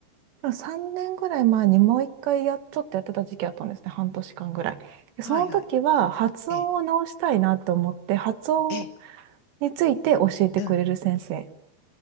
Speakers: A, on the right (about 80°); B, on the left (about 70°).
A: 3年ぐらい前にもう一回や、ちょっとやってた時期あったんですね。半年間ぐらい。でその時は発音を直したいなと思って、
B: はいはい。ええ。
A: 発音
B: ええ。
A: について教えてくれる先生
B: うん。